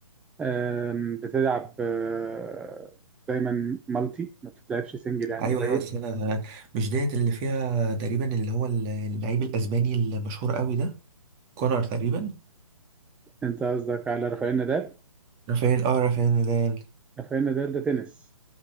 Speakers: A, in the centre; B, on the right (about 25°).
A: آم، بتلعب آه، دايما مالتي ما بتتلعبش سنجل يعني
B: ايوه
A: قليل
B: ايوه بس انا مش ديت اللي فيها تقريبا اللي هو اللعيب الاسباني المشهور قوي ده كونر تقريبا
A: انت قصدك على رافائيل نادال
B: رافائيل اه رافائيل نادال
A: رافائيل نادال ده تنس